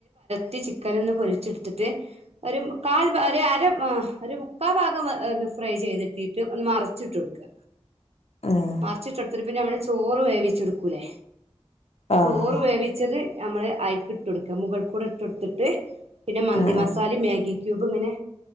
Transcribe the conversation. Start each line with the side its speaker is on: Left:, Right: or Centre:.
Right: ട്ട് ചിക്കനൊന്ന് പൊരിച്ചെടുത്തിട്ട് ഒരു കാൽ വ ഒരു അര വാ ഒരു മുക്കാ ഭാഗം വെ ഫ്രൈ ചെയ്തിട്ടീട്ട് ഒന്ന് മറിച്ചിട്ടൊട്ക്കാ
Left: ആഹ്
Right: മറിച്ചിട്ടൊടുത്തിട്ട് പിന്നെ നമ്മള് ചോറ് വേവിച്ചെടുക്കൂലേ
Left: ആഹ്
Right: ചോറ് വേവിച്ചത് നമ്മള് അയ് ‌ ഇട്ടൊട്ക്ക മുഗൾകൂടെ ഇട്ടോട്ത്ത്ട്ട് പിന്നെ മന്തി
Left: ആഹ് ആഹ്
Right: മസാലേം മാഗി ക്യൂബ് ഇങ്ങനെ